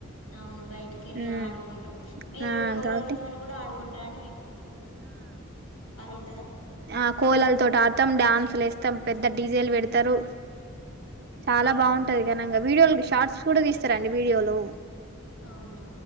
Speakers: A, on the left (about 80°); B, on the right (about 45°).
A: అవును బయటికి వెళ్ళి
B: ఉమ్
A: ఆడుకుంటాం. మీరు
B: ఆ
A: కోలలతోని
B: కాబట్టి
A: కూడా ఆడుకుంటారాండి. ఉంటదా
B: ఆ కోలల తోటి ఆడతాం డ్యాన్స్ అసలు ఏస్తాం పెద్ద డి జే లు పెడతరు. చాలా బాగుంటది. గణంగా వీడియోలు షార్ట్స్ కూడా తీస్తారండి. వీడియోలు
A: అవునా